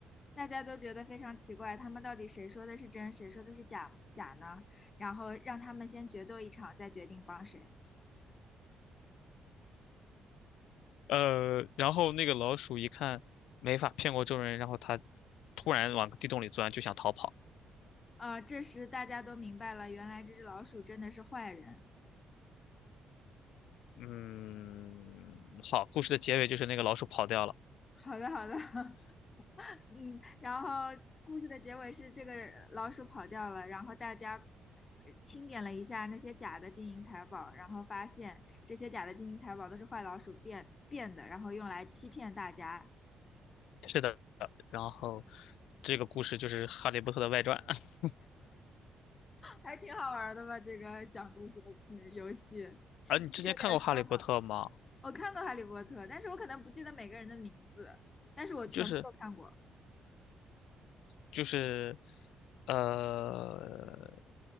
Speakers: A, on the left (about 35°); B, on the left (about 85°).
A: 大家都觉得非常奇怪，他们到底谁说的是真，谁说的是假假呢？然后让他们先决斗一场，再决定帮谁。
B: 呃，然后那个老鼠一看没法骗过众人，然后它突然往地洞里钻，就想逃跑。
A: 呃，这时大家都明白了，原来这只老鼠真的是坏人。
B: 嗯，好，故事的结尾就是那个老鼠跑掉了。
A: <laughs> 好的，好的，<laughs> 嗯，然后故事的结尾是这个老鼠跑掉了，然后大家呃清点了一下那些假的金银财宝，然后发现这些假的金银财宝都是坏老鼠变变的，然后用来欺骗大家，
B: 是的，然后这个故事就是《哈利波特》的外传。<laughs>
A: 还挺好玩儿的吧？这个讲故事的嗯游戏是就是有点烧脑。
B: 啊，你之前看过《哈利波特》吗？
A: 我看过《哈利波特》，但是我可能不记得每个人的名字，但是我全部都看过。
B: 就是就是，呃，